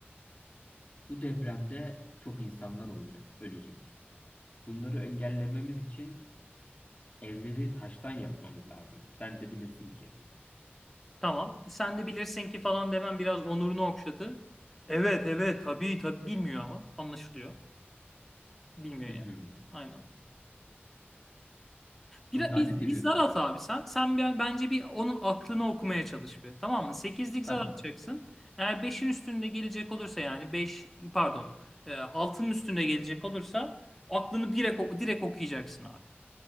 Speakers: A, on the left; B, in the centre.
A: Bu depremde çok insanlar olacak, ölecek. Bunları engellememiz için evleri taştan yapmamız lazım. Sen de bilirsin ki.
B: Tamam sen de bilirsin ki falan demem biraz onurunu okşadı. Evet evet tabii tabii bilmiyor ama anlaşılıyor. Bilmiyor
A: Bilmiyorum.
B: yani. Aynen. Bir,
A: Bu da
B: biz,
A: ne diye
B: biz
A: bir...
B: zar at abi sen. Sen bir- bence bir onun aklını okumaya çalış bir. Tamam mı? sekizlik
A: Tamam.
B: zar atacaksın. Eğer beşin üstünde gelecek olursa yani 5 pardon e, 6'nın üstünde gelecek olursa aklını direkt, oku- direkt okuyacaksın abi.